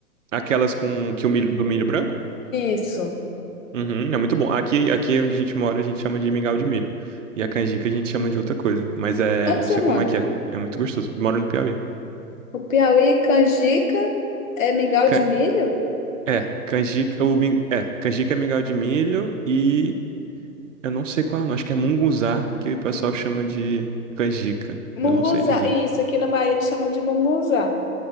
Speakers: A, on the right; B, on the left.
A: Aquelas com que o milho, do milho branco?
B: Isso.
A: Uhum, é muito bom. Aqui, aqui onde a gente mora, a gente chama de mingau de milho. E a canjica a gente chama de outra coisa. Mas é,
B: Onde
A: eu
B: você
A: sei
B: mora?
A: como é que é. É muito gostoso. Eu Moro no Piauí.
B: O Piauí, canjica, é mingau
A: Can-
B: de milho?
A: é, canjica, o, min- é, canjica é mingau de milho e eu não sei qual é o nome. Acho que é munguzá, que o pessoal
B: Hum,
A: chama de canjica.
B: Munguzá.
A: Eu não sei dizer.
B: Isso, aqui na Bahia eles chamam de munguzá.